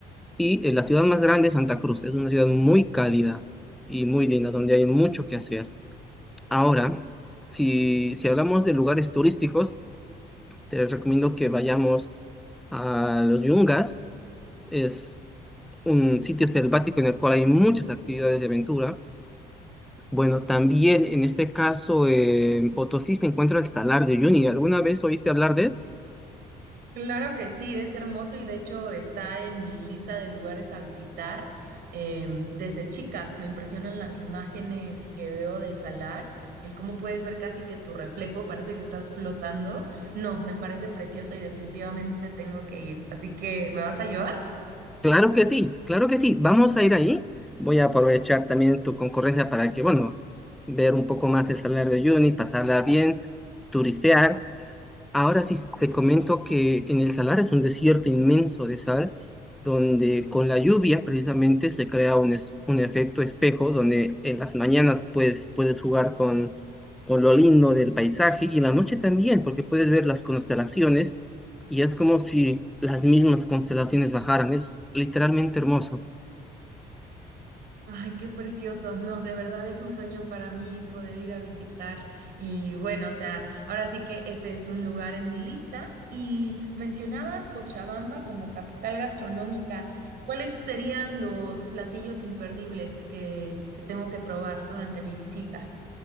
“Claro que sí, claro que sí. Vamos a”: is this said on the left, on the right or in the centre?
Centre